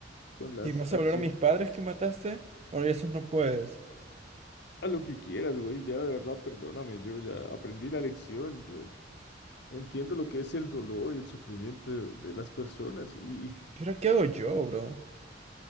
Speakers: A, on the left; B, on the right.
A: con las
B: ¿Y vas
A: acciones.
B: a volver a mis padres que mataste? Ahora esos no puedes.
A: A lo que quieras, güey, ya de verdad perdóname, yo ya aprendí la lección, yo entiendo lo que es el dolor y el sufrimiento de, de las personas y
B: ¿Y ahora qué hago yo, bro?